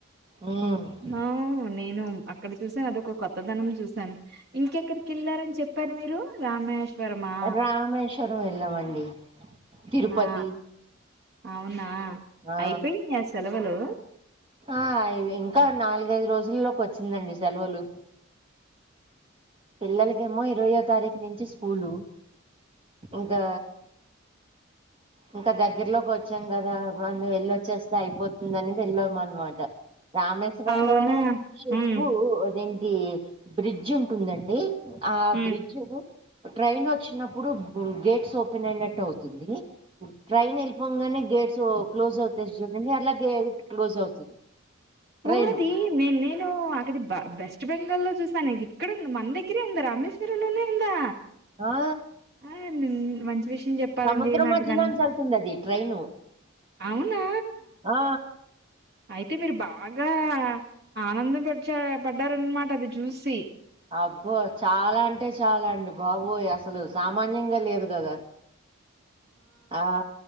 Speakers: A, on the right (about 25°); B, on the right (about 55°).
A: ఉమ్
B: ఆ నేను అక్కడ చూసాను అద ఒక కొత్తదనం చూశాను. ఇంకెక్కడికి వెళ్ళారని చెప్పారు. మీరు రామేశ్వరమా
A: రామేశ్వరం వెళ్ళామండి తిరుపతి
B: ఆ అవునా
A: ఆ
B: అయిపోయినా ఆ సెలవులు
A: ఆ అయిన ఇంకా నాలుగైదు రోజులల్లోకి వచ్చిందండి. సెలవులు పిల్లలకేమో ఇరవయో తారీఖు నుంచి స్కూ స్కూల్ ఇంకా ఇంకా దగ్గరలోకి వచ్చాను. కదా మల్లి వెళ్ళ ఓచ్చేస్తే అయిపోతుంది అని వెళ్ళ అన్మాట రామేశ్వర
B: అవునా
A: లో చేప్పు
B: ఉమ్
A: ఇది బ్రిడ్జ్ ఉంటుందండి ఆ
B: ఉమ్
A: బ్రిడ్జ్ ట్రైన్ వోచ్చినప్పుడు గేట్స్ ఓపెన్ అయినట్టు అవుతుంది. ట్రైన్ వెళ్ళిపోంగానే గేట్స్ క్లోజ్ అవుతయి చూడండి అట్ల గేట్ క్లోజ్ అవుతుంది. ట్రైన్
B: ఓ అది నేన్ నేను ఆక్క డిబ్బా వెస్ట్ బెంగాల్లో చూసాను. ఇది ఇక్కడ ఉంది. మన దగ్గరే ఉందా రామేశ్వర లోనే ఉందా
A: ఆ
B: ఆ ను మంచి విషయం చెప్పారండి.
A: సముద్రం
B: నాకు
A: మధ్యలోంచి
B: దాని
A: వెళ్తుంది అది ట్రైను
B: అవునా
A: ఆ
B: అంటే మీరు బాగా ఆనందం పడ్చ పడ్డారనమాట అది చూసి
A: అబ్బో చాలా అంటే చాలా అండి బాబోయ్ అసలు సామాన్యంగా లేదు. కదా ఆ